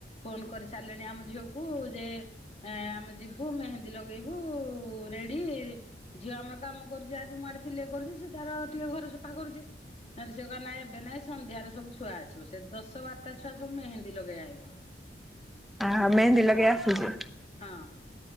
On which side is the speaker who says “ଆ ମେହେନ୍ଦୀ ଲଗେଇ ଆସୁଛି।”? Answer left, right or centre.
Centre